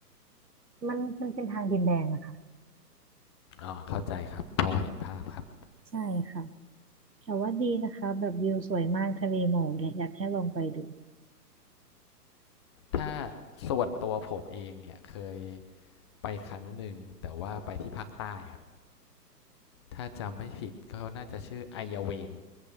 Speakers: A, on the right; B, on the left.
A: มันมันเป็นทางดินแดงอะค่ะ
B: อ๋อเข้าใจครับ พอเห็นภาพครับ
A: ใช่ค่ะแต่ว่าดีนะคะแบบวิวสวยมากทะเลหมอกเนี่ยอยากให้ลองไปดู
B: ถ้าส่วนตัวผมเองเนี่ยเคยไปครั้งหนึ่งแต่ว่าไปที่ภาคใต้ครับ ถ้าจำไม่ผิดก็น่าจะชื่อไอยาเวง